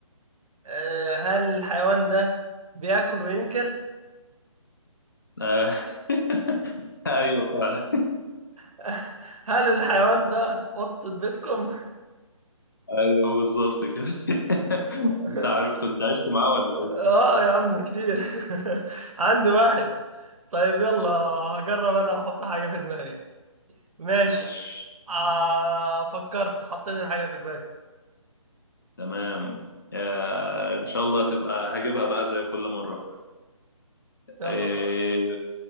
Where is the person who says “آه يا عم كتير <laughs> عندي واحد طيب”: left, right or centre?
Right